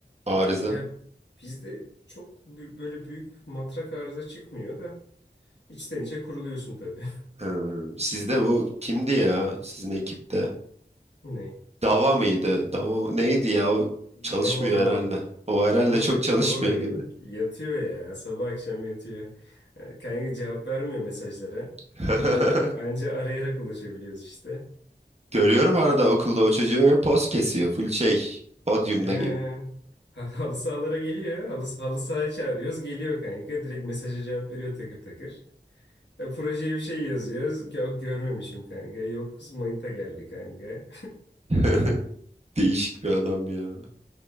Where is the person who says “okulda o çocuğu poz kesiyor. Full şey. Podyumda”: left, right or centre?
Right